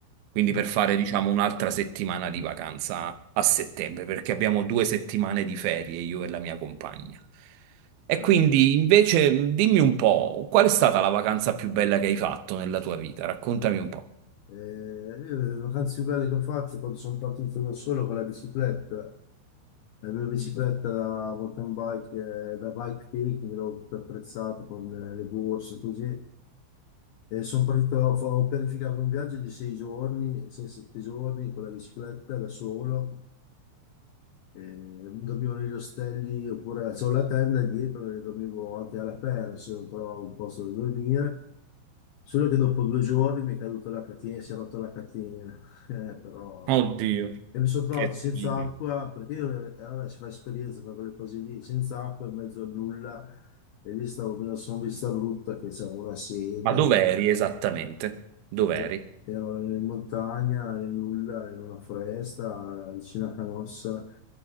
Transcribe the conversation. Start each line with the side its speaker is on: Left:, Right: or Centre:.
Right: Quindi per
Left: Dai,
Right: fare, diciamo, un'altra settimana di vacanza a settembre, perché abbiamo due settimane di ferie io e la mia compagna. E
Left: bello.
Right: quindi invece dimmi un po', qual è stata
Left: Mm.
Right: la vacanza più bella che hai fatto nella tua vita? Raccontami un po'.
Left: Eh, io le vacanze più belle che ho fatto quando sono partito da solo con la bicicletta, la mia bicicletta da mountain bike, eh, da bike picking, l'ho attrezzata con le, le borse così. E sono partito, ho, ho pianificato un viaggio di sei giorni, sei, sette giorni con la bicicletta da solo. Eh, dormivo negli ostelli oppure avevo la tenda e dietro e dormivo anche all'aperto se non trovavo un posto dove dormire. Solo che dopo due giorni mi è caduta la catena, si è rotta la catena, <laughs> Eh, però,
Right: Oddio,
Left: eh. E mi sono trovato
Right: che
Left: senza
Right: figa.
Left: acqua, perché io, eh, eh, vabbè, si fa esperienza per quelle cose lì, senza acqua in mezzo a nulla, e lì stavo con una sonvista brutta che c'avevo la sete,
Right: Ma dov'eri
Left: no?
Right: esattamente? Dov'eri?
Left: Eh, Ero in montagna, nel nulla, in una foresta, vicino a Canossa. <laughs>